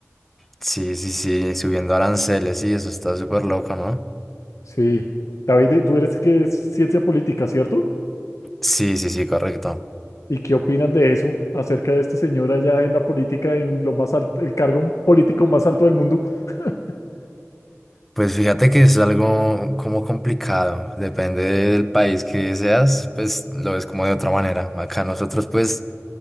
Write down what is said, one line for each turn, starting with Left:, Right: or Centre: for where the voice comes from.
Centre: Sí, sí, sí, subiendo aranceles, sí, eso está súper loco, ¿no?
Left: Sí. David, eh, tú eres que es ciencia política, ¿cierto?
Centre: Sí, sí, sí, correcto.
Left: ¿Y qué opinan de eso acerca de este señor allá en la política, en lo más alto, el cargo político más alto del mundo? <laughs>
Centre: Pues fíjate que es algo como complicado, depende del país que seas, pues lo ves como de otra manera. Acá nosotros pues